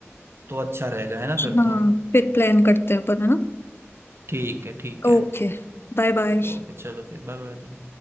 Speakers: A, on the right; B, on the left.
A: तो अच्छा रहेगा है ना फिर
B: हाँ
A: तो
B: फिर प्लान करते हैं अपन है ना
A: ठीक है ठीक
B: Okay
A: है
B: bye bye
A: ओके चलो फिर बाय बाय